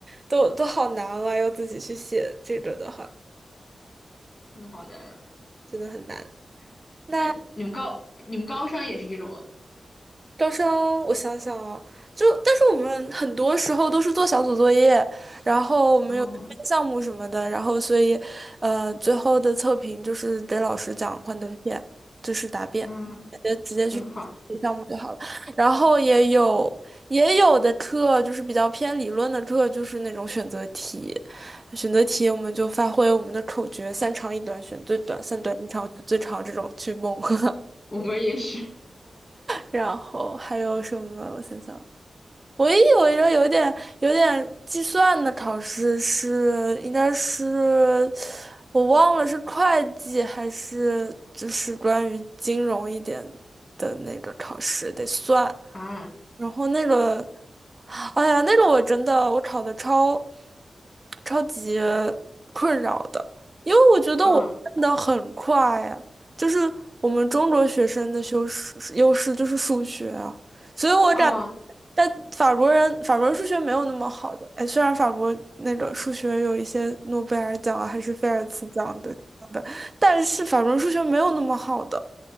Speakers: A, on the right; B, on the left.
A: 都都好难啊，要自己去写这个的话，
B: 真的好难啊！
A: 真的很难。那
B: 那你们高你们高三也是这种吗？
A: 招生，我想想啊，就但是我们很多时候都是做小组作业，然后我们有项目什么的，
B: 哦，
A: 然后所以，呃，最后的测评就是给老师讲幻灯片，就是答辩，
B: 嗯，
A: 直接直接去
B: 真好，
A: 项目就好了。然后也有也有的课就是比较偏理论的课，就是那种选择题，选择题我们就发挥我们的口诀，三长一短选最短，三短一长选最长这种去蒙。<laughs>
B: 我们也是
A: 然后还有什么？我想想。唯一有一个有点有点计算的考试是，应该是我忘了是会计还是就是关于金融一点的那个考试，得算。
B: <laughs> 啊
A: 然后那个，哎呀，那个我真的我考的超超级困扰的，因为我觉得我变的很快呀，
B: 啊
A: 就是我们中国学生的优势优势就是数学啊，所以我感
B: 啊
A: 但法国人法国人数学没有那么好的，哎，虽然法国那个数学有一些诺贝尔奖啊，还是菲尔兹奖的，但是法国人数学没有那么好的。